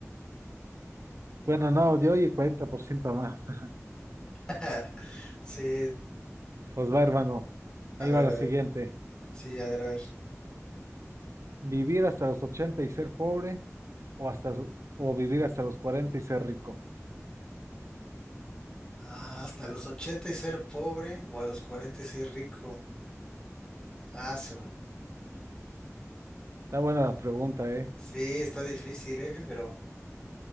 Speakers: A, on the right; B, on the left.
A: Bueno, no, yo y el 40% más. <laughs>
B: <laughs> Sí,
A: Pues va, hermano.
B: a
A: Ahí
B: ver,
A: va la
B: a
A: siguiente.
B: ver. Sí, a ver, a ver.
A: ¿Vivir hasta los 80 y ser pobre o hasta o vivir hasta los 40 y ser rico?
B: Ah, hasta los 80 y ser pobre o a los 40 y ser rico. Ah, su-
A: Está buena la pregunta, ¿eh?
B: Sí, está difícil, ¿eh? Pero,